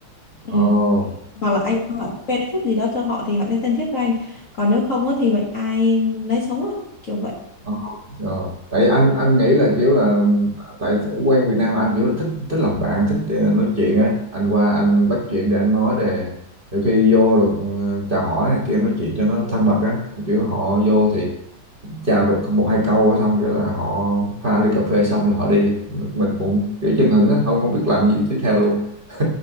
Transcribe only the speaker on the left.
Ừ.
Hoặc là anh mang lại benefit gì đó cho họ thì họ sẽ thân thiết với anh. Còn nếu không á, thì mệnh ai nấy sống à, kiểu vậy.